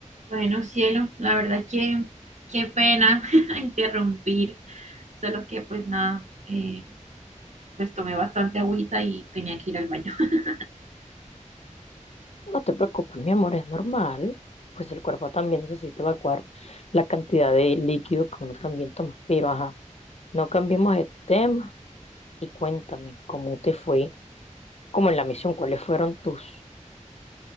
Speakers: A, on the right; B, on the left.
A: Bueno, cielo, la verdad es que qué pena <laughs> interrumpir, solo que pues nada, eh, pues tomé bastante agüita y tenía que ir al baño. <laughs>
B: No te preocupes, mi amor, es normal. Pues el cuerpo también necesita evacuar la cantidad de líquido que uno también toma. Pero ajá, no cambiemos de tema y cuéntame cómo te fue, como en la misión, cuáles fueron tus,